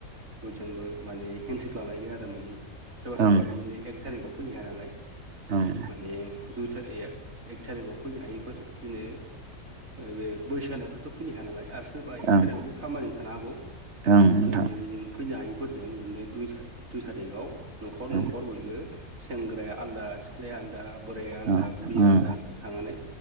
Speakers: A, on the right; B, on the right.
A: बयजोंबो माने हेन्सेक लालायगोन आरो माने। सोरबा सोरबा
B: ओं
A: बिदिनो एक थारिखआव फैनो हाया नालाय
B: ओं
A: माने दुइ थारि ए-एक थारिखआव फैनो हायिफोर बिदिनो बे बैसानायफोर थ' फैनो हाया नालाय आरो सोरबा एक
B: ओं
A: थारिकआवबो
B: ओं
A: खामानि थानो हागौ ओमफ्राय
B: ओं नोंथां
A: बिदिनो फैनो हायि फोरजों बिदिनो दुइ थारि दुइ थारिखाव न'खर
B: ओं
A: न'खर बयबो सेंग्राया आलादा सिख्लाया आलदा बोराया आलदा
B: ओं
A: बुरिया
B: ओं
A: आलदा थांनानै